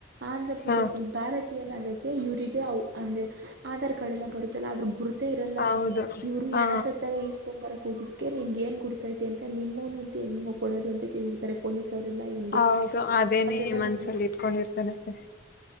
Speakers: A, on the right (about 60°); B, on the left (about 50°).
A: ಆಂಧ್ರ ಪ್ರದೇಶನ್
B: ಹಾ
A: ಭಾರತೀಯನಾಗು ಇವರಿಗೆ ಅವ್ ಅಂದೆ ಆಧಾರ್ ಕಾರ್ಡ್ ಎಲ್ಲ ಬರುತ್ತಲ್ಲ ಆದದ್ರ ಗುರು ತ್ತೆ ಇರಲ್ಲ
B: ಹೌದು
A: ಇವ್ರು
B: ಹಾ
A: ಎಣ ಸತ್ತಾಗ ಇಷ್ ತಕೊಂಬರಕ್ ಹೋಗಿದ್ಕೆ ನಿಮ್ಗೇನ್ ಗುರ್ತೈತೆ ಅಂತ ನಿಮ್ಮನುಂತ ಹೆಂಗ ಕೊಡೋದು ಅಂತ ಕೇಳ್ತರೆ. ಪೊಲೀಸ ಅವರೆಲ್ಲ ಇವನ್ಗೆ
B: ಹೌದು ಅದೇನೇ
A: ಅದೆಲ್ಲ
B: ಮನ್ಸಲ್ಲಿ
A: ಬಂದಿರುತ್ತೆ.
B: ಇಟ್ಕೊಂಡಿರ್ತಾರತ್ತೆ